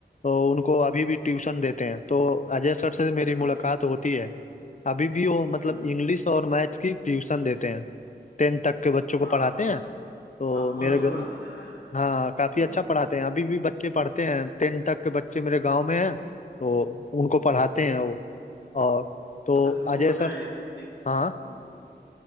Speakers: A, on the left; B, on the left.
A: तो उनको अभी भी ट्यूशन देते हैं तो अजय सर से मेरी
B: हम्म
A: मुलाकात होती है अभी भी वो मतलब
B: हम्म, हम्म,
A: इंग्लिश और मैथ्स की ट्यूशन देते हैं टेंथ तक के बच्चों को
B: हाँ
A: पढ़ाते हैं तो
B: हाँ
A: मेरे
B: बहुत अच्छा
A: ग-
B: पढ़ाते थे हाँ
A: हाँ काफी
B: हाँ
A: अच्छा पढ़ाते हैं अभी भी बच्चे पढ़ते हैं टेंथ तक के बच्चे मेरे गांव में हैं तो उनको
B: हाँ,
A: पढ़ाते हैं वो और तो
B: और तुमको
A: अजय
B: पता
A: सर
B: है एक, एक
A: हाँ
B: हम्म,